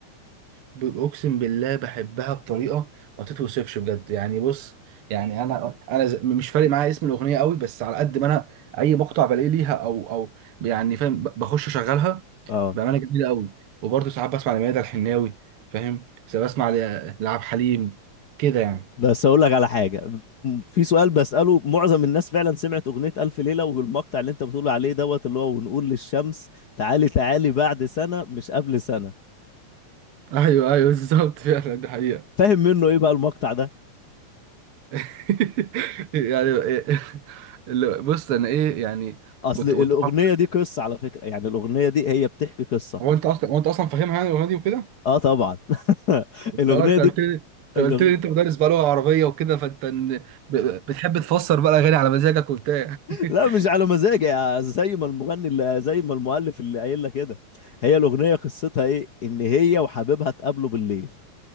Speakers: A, on the right; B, on the left.
A: ب- اقسم بالله بحبها بطريقه ما تتوصفش بجد يعني بص يعني انا انا ز- مش فارق معايا اسم الاغنيه قوي بس على قد ما انا اي مقطع بلاقيه ليها او او يعني فاهم ب- بخش اشغلها
B: اه
A: بأمانة جميلة قوي وبرضه ساعات بسمع لميادة الحناوي فاهم ساعات بسمع ل- لعبد الحليم كده يعني
B: بس اقول لك على حاجه م- في سؤال بساله معظم الناس فعلا سمعت اغنيه الف ليله والمقطع اللي انت بتقول عليه دوت اللي هو ونقول للشمس تعالي تعالي بعد سنه مش قبل سنه
A: ايوه ايوه بالظبط <laughs> فعلا دي حقيقة
B: فاهم منه ايه بقى المقطع ده
A: <laughs> يعني إيه- اللي- بص انا ايه يعني
B: اصل
A: كنت
B: الاغنيه
A: كنت بفكر-
B: دي قصه على فكره يعني الاغنيه دي هي بتحكي قصه
A: هو انت اصلا هو انت اصلا فاهمها يعني الاغنيه دي وكده؟
B: اه طبعا <laughs>
A: انت
B: الاغنيه
A: انت
B: دي
A: قلت لي انت
B: الأغن...
A: قلت لي انت مدرس بقى لغه عربيه وكده فانت إن- ب- ب- بتحب تفسر بقى الاغاني على مزاجك وبتاع <laughs>
B: لا مش على مزاجي يا- زي ما المغني اللي زي ما المؤلف اللي قايل لك كده هي الاغنيه قصتها ايه ان هي وحبيبها اتقابلوا بالليل